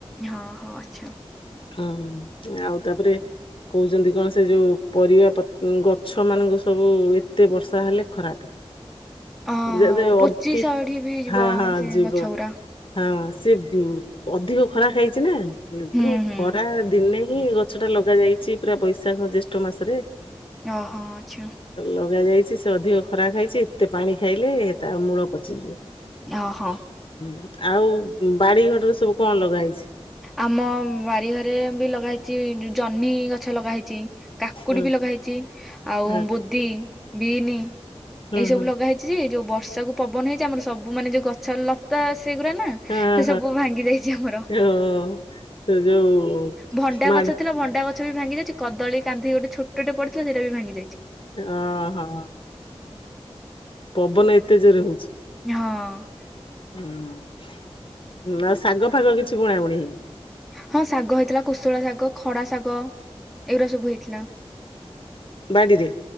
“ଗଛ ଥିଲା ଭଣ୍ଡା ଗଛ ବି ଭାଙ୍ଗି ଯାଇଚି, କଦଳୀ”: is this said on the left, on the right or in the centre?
Centre